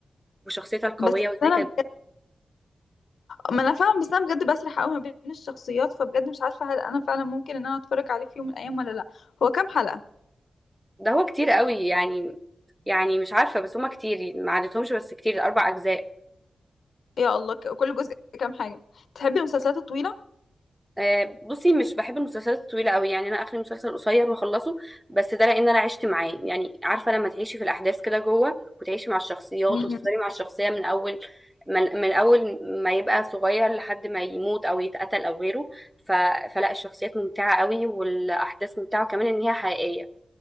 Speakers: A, in the centre; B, on the left.
A: وشخصيتها القوية
B: بس
A: وازاي
B: انا
A: كانت
B: بجد... ما انا فاهمه بس انا بجد بسرح قوي ما بين الشخصيات فبجد مش عارفه هل انا فعلا ممكن ان انا اتفرج عليه في يوم من الايام ولا لا هو كام حلقه
A: ده هو كتير قوي يعني يعني مش عارفة بس هما كتير ما عدتهمش بس كتير أربع أجزاء
B: يا الله ك- كل جزء كام حاجه تحبي المسلسلات الطويله
A: آه، بصي مش بحب المسلسلات الطويلة قوي يعني أنا آخر مسلسل قصير وأخلصه بس ده لأن أنا عشت معاه يعني عارفة لما تعيشي في الأحداث كده جوه وتعيشي مع الشخصيات
B: مهم.
A: وتفضلي مع الشخصية من أول من من أول ما يبقى صغير لحد ما يموت أو يتقتل أو غيره ف... فلا الشخصيات ممتعة قوي والأحداث ممتعة كمان إن هي حقيقية